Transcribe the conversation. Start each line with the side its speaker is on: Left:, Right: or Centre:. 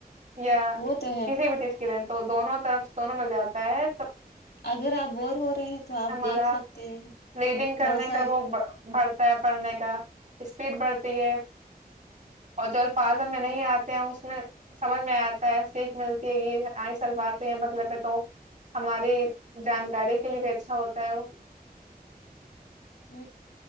Right: یا
Left: وہ تو ہے
Right: کسی بھی چیز کی ر تو دونوں طرف دونوں مل جاتے پچ <unintelligible>
Left: اگر آپ بور ہو رہے ہیں تو آپ
Right: ہمارا
Left: دیکھ سکتے ہیں
Right: رڈنگ کرنے
Left: تھوڑا سا
Right: کا وہ بڑ تا پڑھنے کا اسپیڈ بڑھتی ہے اور جو الفاظ ہم میں نہیں آتے ہیں اس میں سمجھ میں آتا ہے سیکھ ملتی ہے کہ آئس الفاازظ یہ مطلب ہے تو ہماری جانکاری کے لیے بھی اچھا ہوتا ہے وہ
Left: ہ